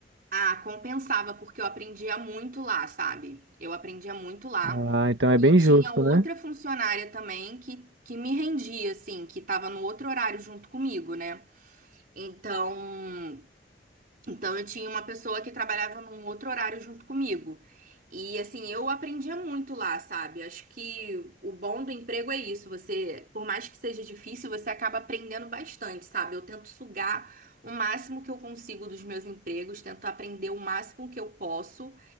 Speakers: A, on the right; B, on the right.
A: Ah, compensava, porque eu aprendia muito lá, sabe? Eu aprendia muito lá.
B: Ah, então é
A: E
B: bem
A: tinha
B: justo,
A: outra
B: né?
A: funcionária também que, que me rendia, assim, que tava no outro horário junto comigo, né? Então, então, eu tinha uma pessoa que trabalhava num outro horário junto comigo. E assim, eu aprendia muito lá, sabe? Acho que o bom do emprego é isso. Você, por mais que seja difícil, você acaba aprendendo bastante, sabe? Eu tento sugar o máximo que eu consigo dos meus empregos, tento aprender o máximo que eu posso.